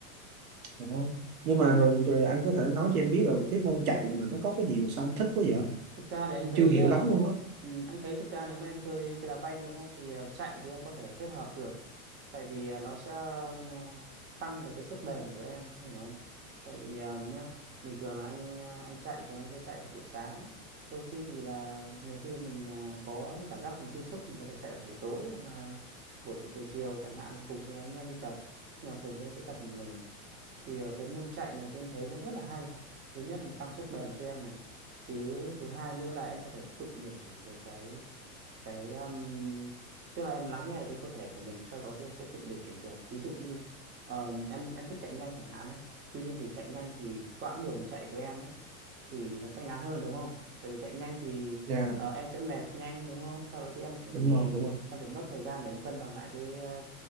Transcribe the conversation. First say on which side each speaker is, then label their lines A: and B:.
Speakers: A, on the right; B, on the right.
A: đó. Nhưng mà rồi rồi anh có thể nói cho em biết là cái môn chạy mà nó có cái gì mà sao anh thích quá vậy?
B: thực ra thì anh
A: Em
B: thấy
A: chưa hiểu
B: ờ,
A: lắm luôn á.
B: ừ, anh thấy thực ra nếu mà em chơi chơi đá banh đúng không thì ờ, chạy thì em có thể kết hợp được tại vì ờ, nó sẽ ờ, tăng được cái sức bền của em em hiểu không tại vì ờ, nhá bình thường là anh ờ, anh chạy thường anh sẽ chạy vào buổi sáng đôi khi thì là nhiều khi mình ờ, có mình cảm giác mình dư sức mình có thể chạy vào buổi tối hoặc là buổi buổi chiều chiều chẳng hạn cùng với anh em đi tập nhưng mà thường thì anh sẽ tập một mình thì ờ, cái môn chạy này thì anh thấy nó rất là hay thứ nhất là tăng sức bền cho em này thứ thứ hai nữa là em có thể tự điều chỉnh được cái cái um, tức là em lắng nghe được cái cơ thể của mình sau đó thì em sẽ tự điều chỉnh được ví dụ như um, em em thích chạy nhanh chẳng hạn ấy tuy nhiên thì chạy nhanh thì cái quãng đường chạy của em ấy thì nó sẽ ngắn hơn đúng không? Tại vì chạy nhanh thì
A: Dạ,
B: ờ, em sẽ mệt nhanh đúng không? Sau đó thì em phải
A: đúng
B: nghỉ,
A: rồi, đúng rồi.
B: em phải mất thời gian để em cân bằng lại cái ờ,